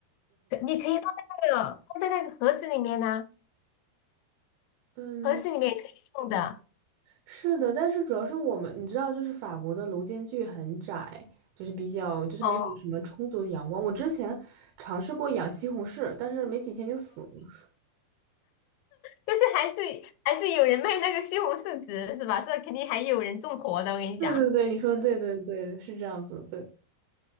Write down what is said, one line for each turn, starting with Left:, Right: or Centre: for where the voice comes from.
Left: 可你可以放在那个放在那个盒子里面呢、
Right: 嗯，
Left: 盒子里面也可以种的。
Right: 是的，但是主要是我们，你知道，就是法国的楼间距很窄，就是比较，就是没有什么充足的阳光。
Left: 哦，
Right: 我之前尝试过养西红柿，但是没几天就死了。<laughs>
Left: 但是还是还是有人卖那个西红柿籽是吧？这肯定还有人种活的，我跟你讲，
Right: 对对对，你说的对对对，是这样子，对，